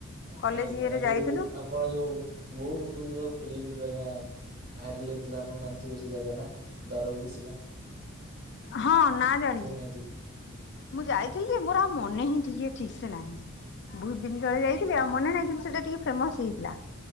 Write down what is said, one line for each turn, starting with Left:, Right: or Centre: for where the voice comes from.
Right: ଆଜ୍ଞା
Left: କଲେଜ
Right: ଆଜ୍ଞା
Left: ଇଏରେ
Right: ଆଉ ଯୋଉ
Left: ଯାଇଥିଲୁ
Right: ଆପଣ ଯୋଉ ବୋଉ ବୁଟୁ ଭୂତ ଫିଲ୍ମ ଯୋଉ ଆଜ୍ଞା ଭାଇରଲ ହେଇଥିଲା ଆପଣ ଜାଣିଥିବେ ସେ ଜାଗା ନା ଦର ଉଡିସିଲା
Left: ହଁ ନା ଜାଣିଛଁ
Right: ନିହାତି।
Left: ମୁଁ ଯାଇଥିଲି ଯେ ମୋର ଆଉ ମନେ ହିଁ ଟିକେ ଠିକ୍ ସେ ନାହିଁ। ବହୁତ ଦିନ ତଳେ ଯାଇଥିଲି ଆଉ ମନେ ନାହିଁ କିନ୍ତୁ ସେଟା ଟିକେ ଫେମସ ହେଇଥିଲା।